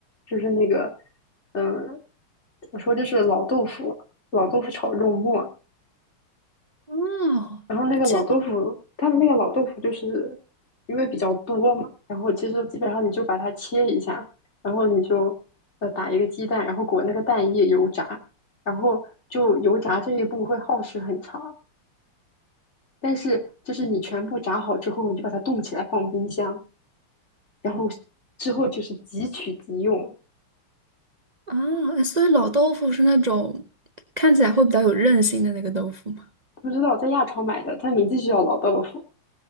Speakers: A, on the left; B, on the right.
A: 就是那个，嗯，怎么说就是老豆腐，老豆腐炒肉末，
B: 哦，
A: 然后那个老豆腐，
B: 哎这个
A: 他们那个老豆腐就是因为比较多嘛，然后其实基本上你就把它切一下，然后你就呃打一个鸡蛋，然后裹那个蛋液油炸，然后就油炸这一步会耗时很长。但是就是你全部炸好之后，你就把它冻起来放冰箱，然后之后就是即取即用。
B: 啊，哎所以老豆腐是那种看起来会比较有韧性的那个豆腐吗。
A: 不知道在亚超买的，它名字就叫老豆腐